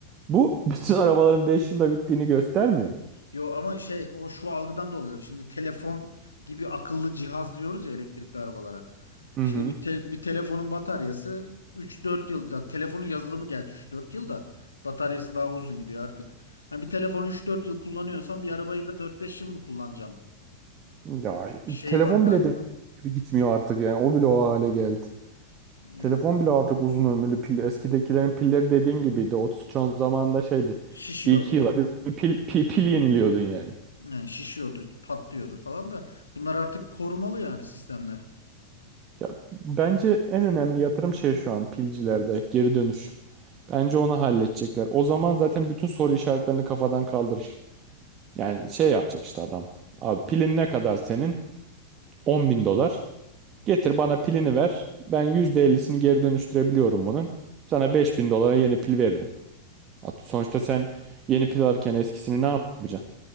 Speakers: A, on the right (about 30°); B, on the left (about 75°).
A: Bu <laughs> bütün arabaların 5 yılda bittiğini göstermiyor.
B: Yo ama şey o şu algıdan dolayı. Şimdi telefon gibi akıllı cihaz diyoruz ya elektrikli arabalara.
A: Hı
B: Şimdi
A: hı.
B: bir, te- bir telefonun bataryası 3-4 yılda telefonun yazılımı gerçi 3-4 yılda bataryası daha uzun gidiyor artık. Hani bir telefonu üç dört yıl kullanıyorsan bir arabayı da dört beş yıl mı kullanacağım?
A: Ya
B: Şey
A: telefon
B: var galiba.
A: bile de gibi gitmiyor artık yani. O bile o hale geldi.
B: Yani
A: Telefon bile artık uzun ömürlü pil. Eskidekilerin pilleri dediğin gibiydi. 3310 zamanında şeydi.
B: şişiyordu.
A: Bir iki yıla bir bir pil, pil, pil yeniliyordun yani.
B: Yani şişiyordu, patlıyordu falan da bunlar artık korumalı yani sistemler.
A: Ya, bence en önemli yatırım şey şu an pilcilerde geri dönüşüm. Bence onu halledecekler. O zaman zaten bütün soru işaretlerini kafadan kaldırır. Yani şey yapacak işte adam. Abi pilin ne kadar senin? On bin dolar. Getir bana pilini ver. Ben yüzde elli'sini geri dönüştürebiliyorum bunun. Sana beş bin dolara yeni pil veririm. At- Sonuçta sen yeni pil alırken eskisini ne yapacaksın?